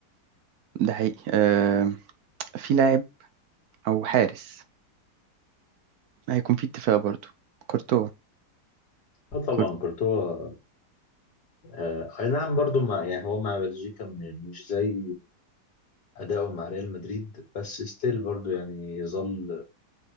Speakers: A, on the right; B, on the left.
A: ده حقيقي آه، في لاعب أو حارس هيكون في اتفاق برضو كورتوا
B: اه طبعا
A: كور-
B: كورتوا آه، اي نعم برضو مع يعني هو مع بلجيكا م- مش زي اداؤه مع ريال مدريد بس ستيل برضو يعني يظل